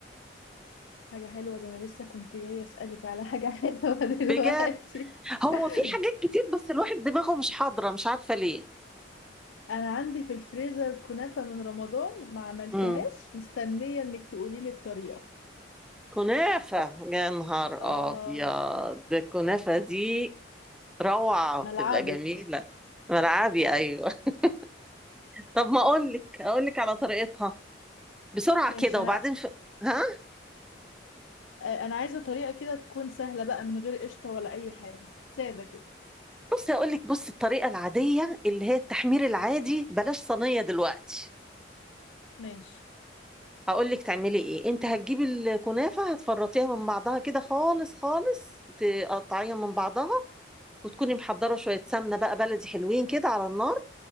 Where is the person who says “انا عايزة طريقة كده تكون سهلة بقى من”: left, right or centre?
Left